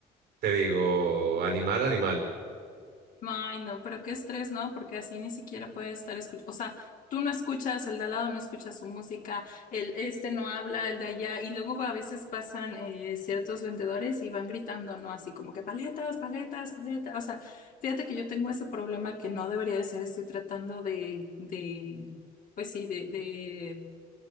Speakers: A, on the right; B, on the left.
A: te digo, animal, animal.
B: Ay, no, pero qué estrés, ¿no? Porque así ni siquiera puede estar escuchando. O sea, tú no escuchas, el de al lado no escucha su música, el este no habla, el de allá. Y luego a veces pasan eh, ciertos vendedores y van gritando, ¿no? Así como que paletas, paletas, paletas. O sea, fíjate que yo tengo ese problema que no debería de ser, estoy tratando de, de, pues sí, de, de,